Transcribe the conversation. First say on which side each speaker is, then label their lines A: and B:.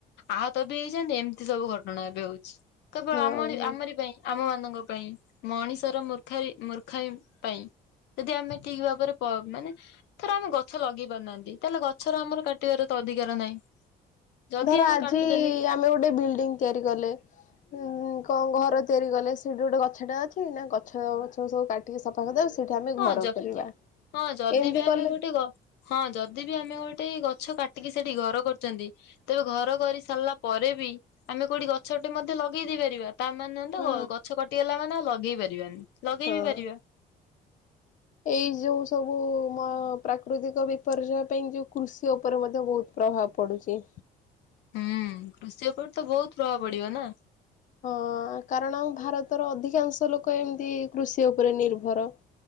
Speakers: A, on the left; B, on the left.
A: ଆହତ ବି ହେଇଯାନ୍ତି ଏମିତି ସବୁ ଘଟଣା ଏବେ ହଉଛି। କେବଳ
B: ହଁ
A: ଆମ ପାଇଁ ଆମ ମାନଙ୍କ ପାଇଁ ମଣିଷର ମୂର୍ଖ ମୂର୍ଖାଇ ପାଇଁ। ଯଦି ଆମେ ଠିକ ଭାବରେ ପ ମାନେ ଥର ଆମ ଗଛ ଲଗି ପାରୁନାହାନ୍ତି ତାହେଲେ ଗଛର ଆମର କାଟିବାର ତ ଅଧିକାର ନାହିଁ। ଯଦି
B: ଧର
A: ଆମେ
B: ଆଜି
A: କାଟୁଛନ୍ତି
B: ଆମେ ଗୋଟେ ବିଲ୍ଡିଂ ତିଆରି କଲେ। ଉଁ କଣ ଘର ତିଆରି କଲେ ସେଠି ଗୋଟେ ଗଛ ଟା ଅଛି ନା ଗଛ ଗଛ ସବୁ କାଟି ଟିକେ ସଫା କରିଦବା ସେଇଠି ଆମେ ଘର
A: ହଁ ଯ
B: କରିବା
A: ହଁ ଯଦି
B: ଏମିତି
A: ବି ଆମେ
B: କଲେ
A: ଗୋଟେ ଗ ହଁ ଯଦି ବି ଆମେ ଗୋଟେ ଗଛ କାଟିକି ସେଠି ଘର କରୁଛନ୍ତି ତେବେ ଘର କରି ସାରିଲା ପରେ ବି ଆମେ କୋଉଠି ଗଛଟେ ମଧ୍ୟ ଲଗେଇ ଦେଇ ପାରିବା। ତା ମାନେ ତ
B: ହଁ।
A: ଗଛ କଟିଗଲା ମାନେ ଆଉ ଲଗେଇ ପାରିବାନି ଲଗେଇ
B: ହଁ
A: ବିି ପାରିବା।
B: ଏଇ ଯୋଉ ସବୁ ମ ପ୍ରାକୃତିକ ବିପର୍ଯ୍ୟୟ ପାଇଁ ଯୋଉ କୃଷି ଉପରେ ମଧ୍ୟ ବହୁତ ପ୍ରଭାବ ପଡ଼ୁଚି।
A: ହୁଁ କୃଷି ଉପରେ ତ ବହୁତ ପ୍ରଭାବ ପଡିବ ନା?
B: ହଁ କାରଣ ଭାରତର ଅଧିକାଂଶ ଲୋକ ଏମିତି କୃଷି ଉପରେ ନିର୍ଭର।